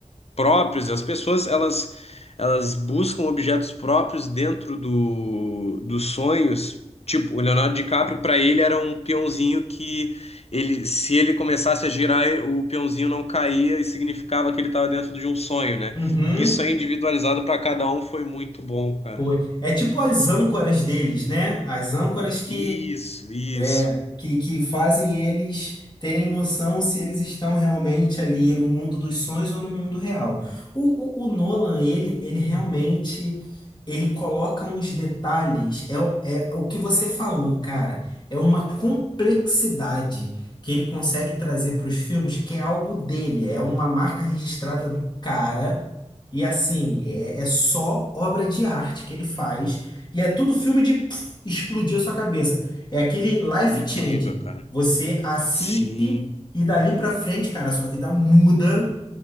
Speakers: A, on the left; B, on the left.
A: próprios, as pessoas elas elas buscam objetos próprios dentro do, dos sonhos. Tipo, o Leonardo DiCaprio para ele era um peãozinho que ele se ele começasse a girar, o peãozinho não caía e significava que ele estava dentro de um sonho, né?
B: Uhum,
A: Isso aí individualizado para cada um foi muito bom, cara.
B: foi. É tipo as âncoras deles, né? As âncoras que
A: Isso, isso.
B: É, que, que fazem eles terem noção se eles estão realmente ali no mundo dos sonhos ou no mundo real. O, o, o Nolan, ele, ele realmente, ele coloca uns detalhes, é, o- é o que você falou, cara, é uma complexidade que ele consegue trazer para os filmes, que é algo dele, é uma marca registrada do cara, e assim, é, é só obra de arte que ele faz, e é tudo filme de pff, explodir a sua cabeça. É aquele life
A: Incrível,
B: changing.
A: cara.
B: Você assiste
A: Sim,
B: e dali pra frente, cara, a sua vida muda,